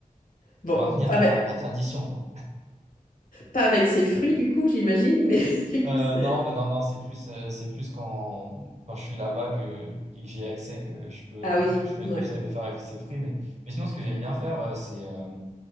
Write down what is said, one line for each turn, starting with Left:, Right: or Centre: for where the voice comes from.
Left: Bon,
Right: maintenir
Left: pas
Right: la,
Left: avec,
Right: la tradition, quoi.
Left: pas avec ses fruits, du coup, j'imagine, mais <laughs> du
Right: Euh,
Left: coup, c'est...
Right: non, ben non, non, c'est plus, euh, c'est plus quand, quand je suis là-bas que, que j'ai accès que je peux,
Left: Ah oui,
Right: que je fais,
Left: ouais.
Right: que j'essaie de faire avec ces fruits. Mais, mais sinon, ce que j'aime bien faire, euh, c'est, euh,